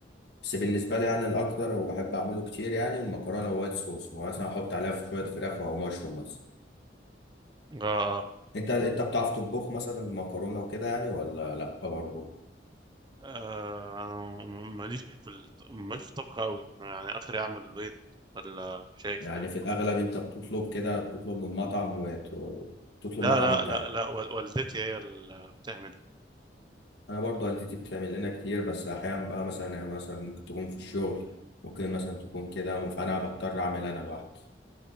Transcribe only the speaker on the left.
بس بالنسبه لي يعني الاكتر وبحب اعمله كتير يعني المكرونه وايت صوص ومثلا احط عليها شويه فراخ او مشروم مثلا
انت انت بتعرف تطبخ مثلا مكرونه وكده يعني ولا لا برضه
يعني
في الأغلب أنت بتطلب كده بتطلب من مطعم وت- وتطلب
مطعم
أنت
يعني.
أنا برضو والدتي بتعمل لنا كتير بس أحيانا بقى مثلا يعني مثلا ممكن تكون في الشغل ممكن مثلا تكون كده فأنا بضطر أعمل أنا لوحدي